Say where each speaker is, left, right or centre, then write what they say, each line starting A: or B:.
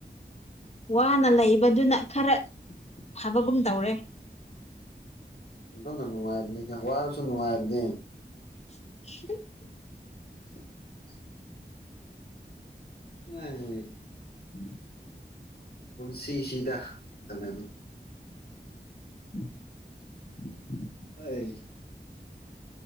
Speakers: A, on the left; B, on the left.
A: ꯋꯥꯅ ꯂꯩꯕꯗꯨꯅ ꯈꯔꯥ ꯐꯕꯒꯨꯝ ꯇꯧꯔꯦ
B: ꯑꯗꯨꯅ ꯅꯨꯉꯥꯏꯕꯅꯤꯗ ꯋꯥꯔꯁꯨ ꯅꯨꯉꯥꯏꯕꯅꯦ
A: <unintelligible>
B: <unintelligible> <unintelligible>
A: <unintelligible>
B: ꯄꯨꯟꯁꯤꯁꯤꯗ ꯑꯃꯅꯤ
A: <unintelligible>
B: ꯑꯩ